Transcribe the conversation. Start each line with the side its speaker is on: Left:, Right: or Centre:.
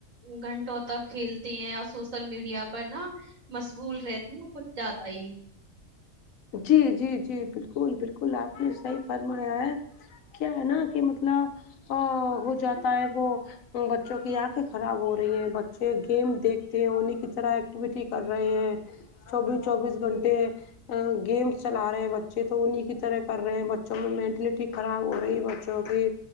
Right: گھنٹوں تک کھیلتے ہیں اور سوشل میڈیا پر نا مشغول رہتے ہے کچھ زیادہ ہی
Left: جی جی جی بالکل بالکل آپ نے صحی فرمایا ہے کیا ہے نا کی مطلب ہاں ہو جاتا ہے وہ بچوں کی آنکھیں خراب ہو رہی ہیں بچے گیم دیکھتے ہیں انہی کی طرح ایکٹیویٹی کر رہے ہیں چوبیس چوبیس گھنٹے گیمس چلا رہے ہیں بچے تو انہیں کی طرح کر رہے ہیں بچوں میں مینٹلٹی خراب ہو رہی ہے بچوں نے